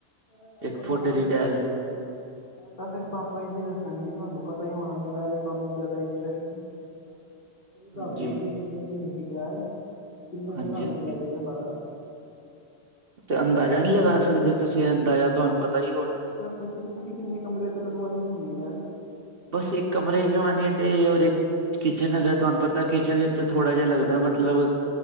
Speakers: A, on the left; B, on the right.
A: ਏ ਆਪਣਾ
B: ਇੱਕ ਫੁੱਟ ਦੀ ਟੈਲ
A: ਤਾਂ ਫਿਰ ਪਾਪਾ ਜੀ ਦੱਸਣਗੇ ਤੁਆਨੂੰ ਪਤਾ ਈ ਹੋਣਾ ਮੇਰਾ ਇਹ ਕੰਮ ਜ਼ਿਆਦਾ ਇੰਟਰਸਟ ਨੀਂ ਜਾਦਾ ਉਹਈ ਦੱਸ
B: ਹਾਂਜੀ
A: ਦੇਣਗੇ ਕਿੰਨੇ ਦੀ ਹੈਗੀ ਟੈਲ ਤੇ ਕਿੰਨੇ ਦਾ
B: ਹਾਂਜੀ
A: ਤੁਹਾਨੂੰ
B: ਹਾਂਜੀ
A: ਪੈ ਜਾਏਗਾ ਸਾਰਾ।
B: ਤੇ ਅੰਦਾਜਾ ਨਈਂ ਲਗਾ ਸਕਦੇ ਤੁਸੀਂ ਅੰਦਾਜ਼ਾ ਤੁਆਨੂੰ ਪਤਾ ਈ ਹੋਣਾ।
A: ਤੁਸੀਂ ਤੁਸੀਂ ਕਿੰਨੇ ਕਮਰੇ ਤੇ ਲਗਵਾਉਣੀ ਹੋਊਗੀ ਟੈਲ।
B: ਬਸ ਇੱਕ ਕਮਰੇ ਚ ਲਵਾਣੀ ਤੇ ਔਰ ਇੱਕ ਕਿਚਨ ਹੈਗਾ ਤੁਆਨੂੰ ਪਤਾ ਕਿਚਨ ਵਿੱਚ ਥੋੜ੍ਹਾ ਜਿਆ ਲੱਗਦਾ ਮਤਲਬ